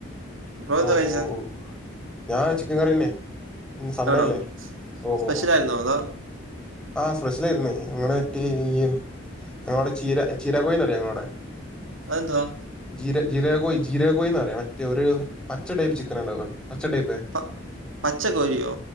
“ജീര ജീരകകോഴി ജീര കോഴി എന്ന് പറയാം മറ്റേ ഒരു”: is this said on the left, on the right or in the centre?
Centre